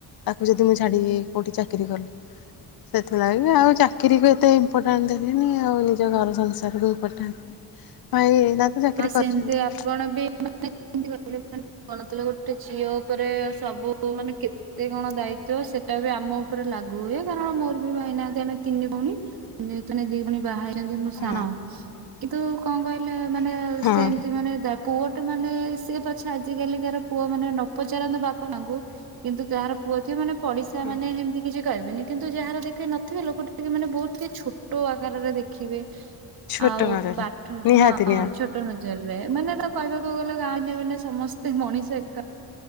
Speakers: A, on the left (about 65°); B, on the right (about 65°).
A: ତାକୁ ଯଦି ମୁଁ ଛାଡିିକି କୋଉଠି ଚାକିରି କଲି। ସେଥିଲାଗି ଆଉ ଚାକିରୀକୁ ଏତେ ଇମ୍ପୋର୍ଟାଣ୍ଟ ଦେଲିନି ଆଉ ନିଜ ଘର ସଂସାରକୁ। ଇମ୍ପୋର୍ଟାଣ୍ଟ ଭାଇ ନା ତ ଚାକିରି କରିଛନ୍ତି।
B: ସେମିତି ଆପଣ ବି ଏମିତି କହିଲେ ମାନେ ପଣତ ରେ ଗୋଟେ ଝିଅ ଉପରେ ସବୁ ମାନେ କେ। ଏତେ କ'ଣ ଦାୟିତ୍ବ ସେଟା ବି ଆମ ଉପରେ ଲାଗୁ ହୁଏ କାରଣ ମୋର ବି ଭାଇନାହାନ୍ତି ଆମେ। ତିନି ଭଉଣୀ ନେ ଦି ଭଉଣୀ ବାହା ହେଇଛନ୍ତି ମୁଁ
A: ହଁ
B: ସାନ କିନ୍ତୁ। କ'ଣ କହିଲେ ମାନେ
A: ହଁ
B: ସେମିତି ମାନେ ପୁଅ ଟେ ମାନେ ସିଏ ପଛେ ଆଜିକାଲିକାର ପୁଅ ମାନେ ନ ପଚାରନ୍ତି ବାପା, ମାଙ୍କୁ। କିନ୍ତୁ ତାହାର ପୁଅ ଥିବ ମାନେ ପଡିଶା
A: ହଁ
B: ମାନେ ହେମିତି। କିଛି କହିବେନି କିନ୍ତୁ ଯାହାର ଦେଖିବେ ନଥିବେ ଲୋକ ଟିକେ ମାନେ ବହୁତ କେ ଛୋଟ ଆକାରରେ ଦେଖିବେ।
A: ଛୋଟ
B: ଆଉ
A: ମାତ୍ରାରେ
B: ପାଠ
A: ନିହାତି
B: ହଁ ଛୋ।
A: ନିହାତି
B: କଟ ନଜର ରେ ମାନେ ତ କହିବାକୁ ଗଲେ ଗାଁ ଭିନ୍ନ, ଭିନ୍ନ ସମସ୍ତେ ମଣିଷ ଏକା।